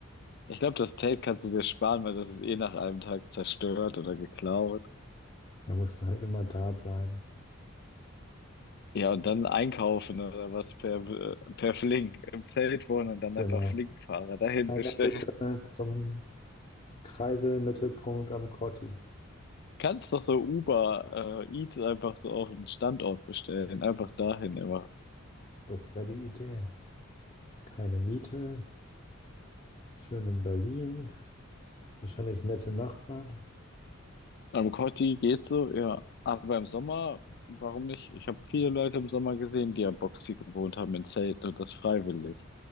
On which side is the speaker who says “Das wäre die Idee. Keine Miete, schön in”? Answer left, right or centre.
Left